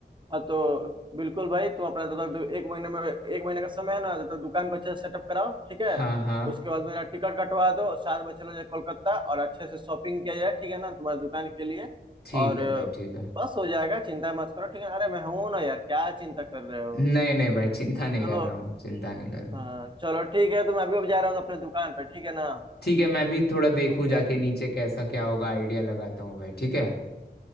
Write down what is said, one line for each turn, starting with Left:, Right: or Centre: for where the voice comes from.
Right: हाँ तो बिल्कुल भाई तुम अपना जब तक एक महीने में एक महीने का समय है ना जब तक दुकान को अच्छे से सेटअप कराओ ठीक है
Left: हाँ हाँ
Right: उसके बाद मेरा टिकट कटवा दो साथ में चलो जाए कोलकाता और अच्छे से शॉपिंग किया जाए ठीक है ना तुम्हारी दुकान के लिए
Left: ठीक
Right: और
Left: है
Right: अ,
Left: भाई ठीक है
Right: बस हो जाएगा चिंता मत करो ठीक है अरे मैं हूं ना यार क्या चिंता कर रहे हो
Left: नहीं नहीं भाई चिंता नहीं
Right: चलो
Left: कर रहा हूँ चिंता नहीं कर रहा
Right: हाँ
Left: हूँ
Right: चलो ठीक है तो मैं अभी अब जा रहा हूँ अपने दुकान पर ठीक है ना
Left: ठीक है मैं भी थोड़ा देखूँ
Right: ओके
Left: जाके नीचे कैसा क्या होगा आइडिया लगाता हूँ भाई ठीक है